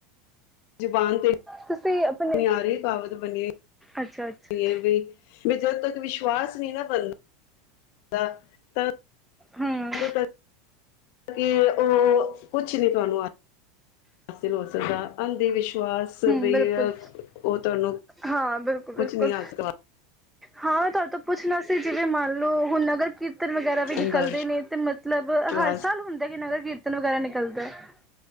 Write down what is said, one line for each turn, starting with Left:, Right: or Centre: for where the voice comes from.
Left: ਜ਼ਬਾਨ ਤੇ
Centre: ਤੁਸੀਂ ਆਪਣੇ
Left: ਨਿਆਰੇ ਕਹਾਵਤ ਬਣੀ
Centre: ਅੱਛਾ ਅੱਛਾ
Left: ਵੀ <inaudible> ਵੀ ਜਦੋਂ ਤੱਕ ਵਿਸ਼ਵਾਸ ਨਹੀਂ ਨਾ ਬਣਦਾ ਤਾਂ
Centre: ਹਮ
Left: ਉਦੋਂ ਤੱਕ ਕਿ ਉਹ ਕੁਛ ਨੀ ਤੁਹਾਨੂੰ ਆ ਹਾਸਿਲ ਹੋ ਸਕਦਾ ਅੰਧ ਵਿਸ਼ਵਾਸ ਸੁਬੇਰਾ
Centre: ਹਮ ਬਿਲਕੁਲ
Left: ਉਹ ਤੁਹਾਨੂੰ
Centre: ਹਾਂ ਬਿਲਕੁਲ ਬਿਲਕੁਲ
Left: ਕੁਛ ਨੀ ਆ ਸਕ
Centre: ਹਾਂ ਤੁਹਾਡੇ ਤੋਂ ਪੁੱਛਣਾ ਸੀ ਜਿਵੇਂ ਮੰਨ ਲਉਂ ਹੁਣ ਨਗਰ ਕੀਰਤਨ ਵਗੈਰਾ ਵੀ ਨਿਕਲਦੇ
Left: ਅੰਧਾ
Centre: ਨੇ ਤੇ ਮਤਲਬ
Left: ਵਿਸ਼ਵਾਸ
Centre: ਹਰ ਸਾਲ ਹੁੰਦੇ ਦਾਂ ਕਿ ਨਗਰ ਕੀਰਤਨ ਵਗੈਰਾ ਨਿਕਲਦਾ ਹੈ